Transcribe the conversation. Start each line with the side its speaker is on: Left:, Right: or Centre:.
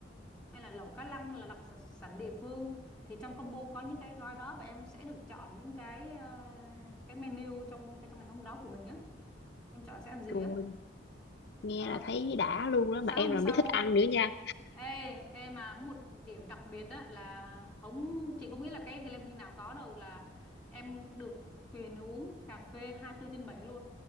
Centre: hay là lẩu cá lăng là đặc sản địa phương thì trong combo có những cái gói đó và em sẽ được chọn những cái ờ, cái menu trong cái trong ngày hôm đó của mình á em chọn sẽ ăn gì
Left: rồi
Centre: á
Left: nghe
Centre: ờ
Left: là thấy đã luôn
Centre: hôm
Left: đó
Centre: sáng
Left: mà em
Centre: hôm
Left: là
Centre: sau
Left: đứa thích ăn nữa nha
Centre: ê ê mà có một điểm đặc biệt đó là không chỉ có nghĩa là cái glamping nào có đâu là em được quyền uống cà phê hai mươi tư trên 7 luôn